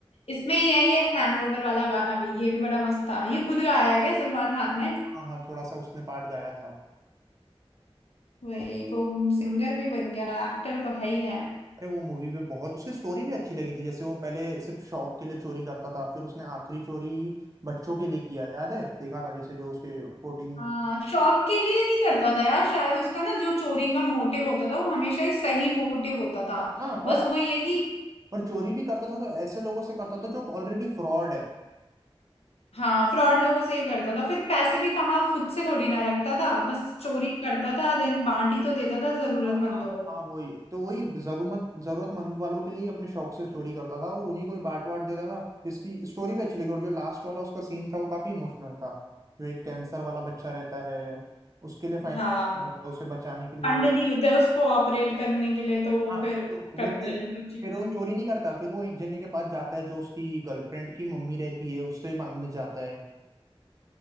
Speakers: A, on the left; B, on the right.
A: इसमें ये है ये हैंगओवर वाला गाना भी ये भी बड़ा मस्त था ये खुद गाया है क्या सलमान खान ने
B: हाँ हाँ थोड़ा सा उसने पार्ट गाया था
A: वही वो सिंगर भी बन गया एक्टर तो है ही है
B: अरे वो मूवी भी बहुत उसकी स्टोरी भी अच्छी लगी थी जैसे वो पहले सिर्फ शौक के लिए चोरी करता था फिर उसने आखिरी चोरी बच्चों के लिए किया याद है देखा था जैसे जो उसके फोर्टीन
A: हाँ शौक के लिए नहीं करता था यार शायद उसका ना जो चोरी का मोटिव होता था वो हमेशा ही सही मोटिव होता था
B: हाँ
A: बस
B: और
A: वो ये है कि
B: और चोरी भी करता था तो ऐसे लोगों से करता था जो ऑलरेडी फ्रॉड है
A: हाँ फ्रॉड लोगों से ही करता था फिर पैसे भी कहाँ खुद से थोड़ी ना रखता था
B: हाँ
A: बस चोरी करता था देन बांट ही तो देता था जरूरतमंदों
B: हाँ हाँ।
A: को
B: हाँ वही तो वही जरूरत जरूरतमंद वालों के लिए अपने शौक से चोरी करता था और उन्हीं को ही बांट बांट देता था इसकी स्टोरी भी अच्छी लगी और जो लास्ट वाला उसका सीन था वो काफी इमोशनल था जो एक कैंसर वाला बच्चा रहता है उसके लिए फाइनल
A: हाँ
B: करता है उसे बचाने के लिए
A: फंड नहीं होते उसको ऑपरेट करने के लिए तो वो
B: हाँ
A: फिर
B: तो
A: करता
B: वो फिर
A: है ये सब चीजें
B: फिर वो चोरी नहीं करता फिर वो एक जने के पास जाता है जो उसकी गर्लफ्रेंड की मम्मी रहती है उससे मांगने जाता है